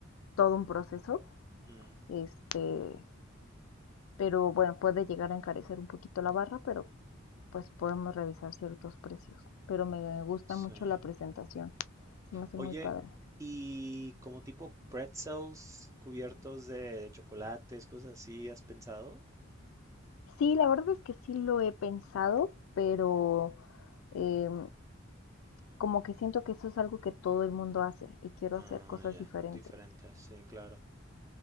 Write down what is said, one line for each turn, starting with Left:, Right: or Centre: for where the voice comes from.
Left: todo un proceso,
Right: mm,
Left: este, pero bueno, puede llegar a encarecer un poquito la barra, pero pues podemos revisar ciertos precios. Pero me gusta
Right: sí.
Left: mucho la presentación, se me hace
Right: Oye,
Left: muy padre.
Right: y como tipo pretzels cubiertos de, de chocolates, cosas así, ¿has pensado?
Left: Sí, la verdad es que sí lo he pensado, pero eh, como que siento que eso es algo que todo el mundo hace y quiero
Right: Ah,
Left: hacer cosas
Right: ya,
Left: diferentes.
Right: diferentes, sí, claro.